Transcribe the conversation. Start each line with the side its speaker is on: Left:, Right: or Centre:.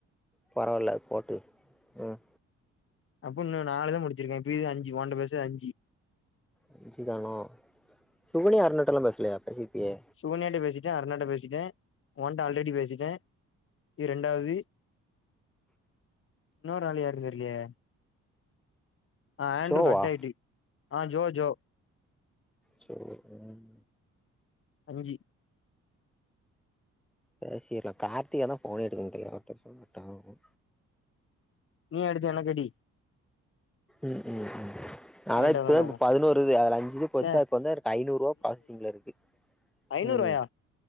Centre: பரவால்ல போட்டு ம்
Left: அப்ப நா நாலுதா முடிச்சுருக்க இப்ப இது அஞ்சு ஒன்ட பச அஞ்சி
Centre: அஞ்சுதானா சுகன்யா அருனாட்டலா பேசலயா பேசிருப்பியே
Left: சுகன்யாட்ட பேசிட்டே அருனாட்ட பேசிட்டே ஒன்ட ஆல்ரெடி பேசிட்டே இது ரெண்டாவது இன்னோரு ஆளு யாருன் தெர்லயே ஆ ஆண்ட்ரு
Centre: சோவா?
Left: கட் ஆய்ட்டு ஆ ஜோ ஜோ
Centre: சேரி ம்
Left: அஞ்சி
Centre: அ சேர்ரா கார்த்திகாதா போனே எடுக்க மாட்ரா அவட்ட சொன்னா கட்டாருக்கு
Left: நீ எடுத்து எனக்கடி
Centre: ம் ம் ம்
Left: பன்னெண்டாவதான்
Centre: அத்தா இப்பதா
Left: பாப்போ
Centre: இப்ப பதனோரு இது அதுல அஞ்சு இது போச்சா
Left: சே
Centre: இப்போ வந்து எனக்கு ஐனூறுவா ப்ராசஸிங்ல இருக்கு
Left: ஐனூறுவாயா
Centre: ம்